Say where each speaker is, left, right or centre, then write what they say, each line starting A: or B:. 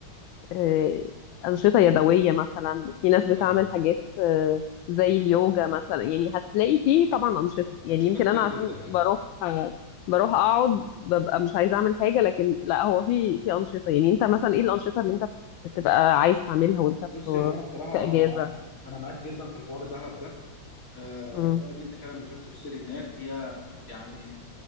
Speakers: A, on the left; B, on the left.
A: آه، أنشطة يدوية مثلا وفي ناس بتعمل
B: ايوه
A: حاجات آه، زي اليوجا مثلا يعني هتلاقي فيه طبعا أنشطة يعني
B: أنشطة
A: يمكن
B: كتير
A: أنا
B: جدا
A: عشان
B: ايوه
A: بروح آه، بروح أقعد ببقى مش عايزة أعمل حاجة لكن لا هو في في أنشطة يعني أنت مثلا إيه الأنشطة اللي أنت بتبقى عايز تعملها وأنت
B: بصي
A: في
B: هو انا بصراحه
A: في إجازة؟
B: انا معاك انا معاك جدا في حوار دهب ده أه
A: مم.
B: وحوار ان انت فعلا بتروحي تفصلي هناك هي يعني